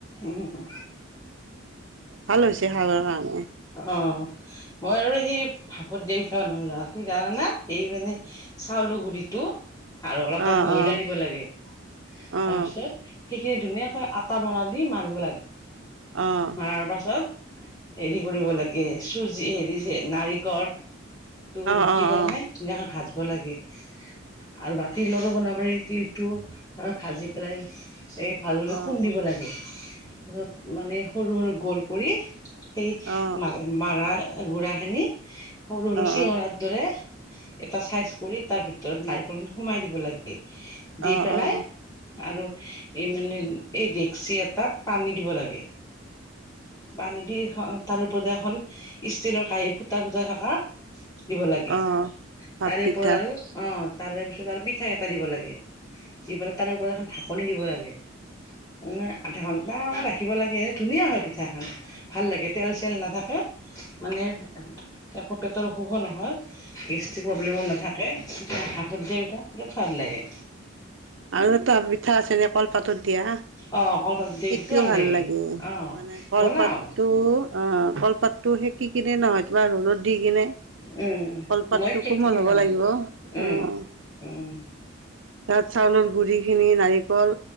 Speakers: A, on the left; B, on the right.
A: উমহু।
B: ভাল হৈছে খাবৰ কাৰণে।
A: অঁ মই আৰু সেই ভাপত দিয়া পিঠা বনাম জানা, তুমি জানানে এই মানে- চাউলৰ গুৰিটো আৰু অলপ
B: অঁ
A: তাত ময়দা
B: অঁ
A: দিব লাগে। তাৰ
B: অঁ
A: পিছত সেইখিনি ধুনীয়াকৈ আটা মৰা দি মাৰিব লাগে।
B: অঁ
A: মাৰাৰ পাছত হেৰি- কৰিব লাগে চুজি হেৰি যে নাৰিকলটো
B: অঁ
A: ৰুকি
B: অঁ
A: পেলাই- ধুনীয়াকে ভাজিব লাগে। আৰু বা তিলৰো বনাব পাৰি তিলটো ভাজি পেলাই এই- ভাল দৰে
B: অঁ অঁ অঁ
A: খুন্দিব লাগে তাৰপিছত মানে সৰু সৰু গোল কৰি সেই-
B: অঁ
A: মা মাৰা গুৰা খিনি সৰু সৰু
B: অঁ
A: চিঙৰা- দৰে, এটা চাইজ কৰি তাৰ ভিতৰত নাৰিকল সোমাই দিব লাগে।
B: অঁ
A: দি পেলাই
B: অঁ অঁ
A: আৰু এই মানে এই ডেক্সি এটাত পানী দিব লাগে। পানী দি এ তাৰ ওপৰতে এখন ষ্টীলৰ কাঁহী ফুটা ফুটা থকা দিব লাগে,
B: অঁ ভাপ
A: তাৰে
B: পিঠা
A: ওপৰত আৰু অ', তাৰে পিছত আৰু পিঠা এটা দিব লাগে, দি পেলাই তাৰে ওপৰত এখন ঢাকনি দিব লাগে। এনে আধা ঘন্টা মান ৰাখিব লাগে এ, ধুনীয়া হয় পিঠা খন ভাল লাগে। তেল চেল নাথাকে মানে একো পেটৰ অসুখো নহয়। গেষ্ট্ৰিক প্ৰব্লেমো নাথাকে, ভাপত দিয়া পিঠা বিৰাট সোৱাদ লাগে।
B: আৰু এটা পিঠা আছে যে কলপাতত দিয়া।
A: অ কলপাত দিয়া
B: সেইটোও
A: পিঠাটো
B: ভাল লাগে
A: অ
B: মানে কলপাতটো
A: বনাও
B: অ', কলপাতটো সেকি কিনে নহয়, কিবা ৰ'দত দি কিনে
A: উম
B: কলপাতটো
A: মই শিকি
B: কোমল হ'ব
A: লওঁ
B: লাগিব
A: উম
B: অ'।
A: উম।
B: তাত চাউলৰ গুৰি খিনি, নাৰিকল,